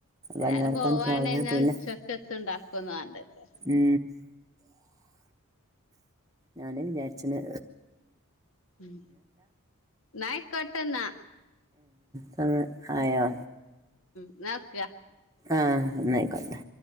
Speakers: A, on the left (about 60°); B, on the right (about 15°).
A: എല്ലാരും
B: വന്നർക്കാണ്
A: പോവാണ്
B: പോയ
A: ന്നാ
B: പിന്നെ
A: ഉച്ചക്കത്തെ ഇണ്ടാക്കൊന്നും വാണ്ടല്ലോ
B: ഉ ഞാന് വിചാരിച്ചന്
A: ഉം നായക് കട്ടന്ന
B: സ ആയോ
A: ഉം നക്കിയ
B: ആ എന്നായിക്കണ്ടെ